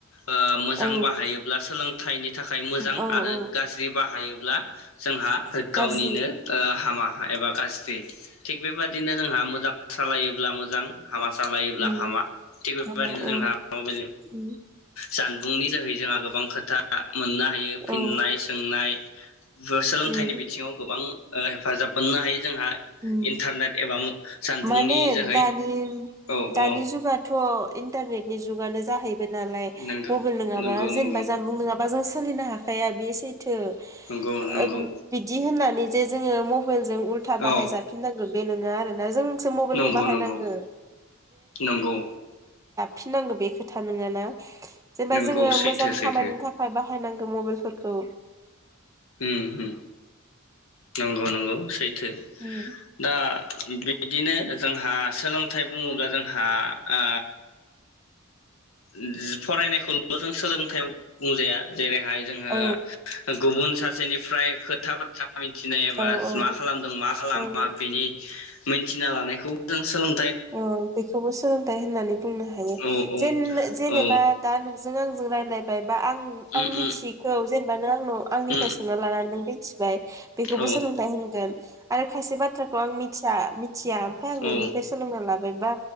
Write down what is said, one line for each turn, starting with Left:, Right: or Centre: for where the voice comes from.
Left: ओ मोजां
Right: औ
Left: बाहायोब्ला सोलों <unintelligible> थाखाय मोजां
Right: औ
Left: आरो
Right: औ
Left: गाज्रि बाहायो ब्ला जोंहा
Right: गाज्रि
Left: गावनिनो ओ हामा एबा गाज्रि थिग बेबादिनो जोंहा मोजां सालायो जब्ला मोजां हामा सालायोब्ला
Right: उम
Left: हामा थिग बेबायदिनो
Right: हाबा
Left: जोंहा
Right: औ
Left: माबे
Right: उम
Left: जानबुंनि जोहै जोंहा गोबां खोथा मोननो हायो फिननाय
Right: औ
Left: सोंनाय <inaudible> सोलोंथाइनि
Right: उम
Left: बिथिङाव गोबां हेफाजाब मोननो हायो जोंहा
Right: ओम
Left: इन्टारनेट एबा जानबुंनि
Right: माने
Left: जोहै
Right: दानि
Left: औ
Right: दानि
Left: औ
Right: जुगाथ' इन्टारनेटनि जुगानो जाहै नालाय
Left: नंगौ
Right: मबाइल नङाबा
Left: नंगौ
Right: जेनेबा
Left: नंगौ
Right: जानबुं नङाबा जों सोलिनो हा हाया बे सैथो थो
Left: नंगौ नंगौ
Right: बिदि होननानै जे जोङो मबाइल जों बाहाय
Left: औ
Right: जाफिनांगोन बे नोङा आरो ना जों। सो मबेलखो
Left: नंगौ
Right: बाहाय
Left: नंगौ
Right: नागौ
Left: नंगौ
Right: फिननांगौ बे खोथा नोङाना जेनेबा
Left: नंगौ
Right: जोङो
Left: सैथो
Right: मोजां
Left: सैथो
Right: खामानिनि थाखाय बा नायनांगौ मबाइलफोरखौ।
Left: ओम ओम नंगौ नंगौ सैथो।
Right: ओम।
Left: आ <inaudible> बिदिनो जोंहा सोलोंथाइ बुङोब्ला जों हा आ जि फरायनायखौल' <unintelligible> जों सोलों <inaudible> बुंजाया जेरैहाय जोङो
Right: औ
Left: गुबुन सासेनि फ्राय खोथा बाथ्रा मिथिनायाबा
Right: औ औ
Left: मा खालामदों मा खालामा
Right: औ
Left: बेनि मिथिना लानायखौ <inaudible> जों सोलों
Right: अ बेखौबो सोलोंथाइ होननानै बुंनो हायो।
Left: औ
Right: जेन जेनेबा
Left: औ
Right: दा नों जों आंजों रायलायबाय बा आं आं
Left: उम
Right: मिथियैखौ जेनेबा नों आंनाव आंनिफ्राय
Left: उम
Right: सोंना लानानै नों मिथिबाय बेखौबो
Left: उम औ
Right: सोलोंथाइ होनगोन। <inaudible> आरो खायसे बाथ्राखौ आं मिथिया मिथिया फ्राय आं नोंनिफ्राय
Left: औ
Right: सोलोंना लाबाय दा